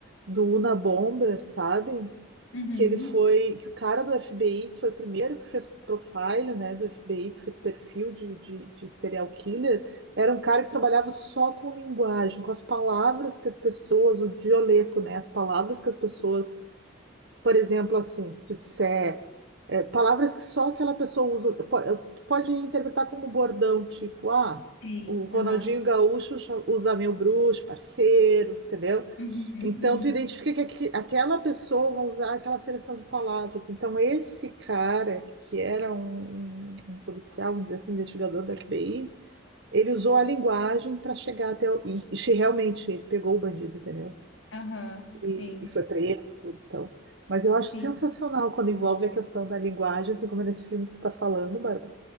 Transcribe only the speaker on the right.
do Una Bomber, sabe?
Que ele foi, que o cara do FBI, que foi o primeiro que fez profile, né, do FBI, que fez perfil de, de, de serial killer, era um cara que trabalhava só com linguagem, com as palavras que as pessoas, o dioleto, né, as palavras que as pessoas, por exemplo, assim, se tu disser é, palavras que só aquela pessoa usa. Po- eh, pode interpretar como um bordão, tipo, ah,
o Ronaldinho
Gaúcho cho- usa meu bruxo, parceiro, entendeu?
Então
tu identifica que aqui- aquela pessoa vai usar aquela seleção de palavras. Então esse cara, que era um, um- um policial, vamos dizer assim, investigador da FBI, ele usou a linguagem para chegar até o... E, e realmente ele pegou o bandido, entendeu?
e,
e foi preso e tudo, então. Mas eu acho
sensacional quando envolve a questão da linguagem, assim como é nesse filme que tu tá falando, Bárbara.